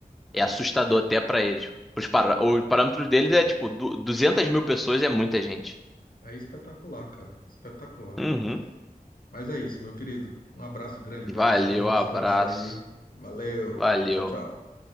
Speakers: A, on the left; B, in the centre.
A: É,
B: É assustador
A: espe-
B: até pra eles. Os parâ- o parâmetro deles é tipo du- 200 mil pessoas é muita gente.
A: é espetacular, cara. Espetacular.
B: Uhum.
A: Mas é isso, meu querido. Um abraço grande para
B: Valeu,
A: você. Bom
B: abraço.
A: descanso aí, hein? Valeu.
B: Valeu.
A: Tchau, tchau.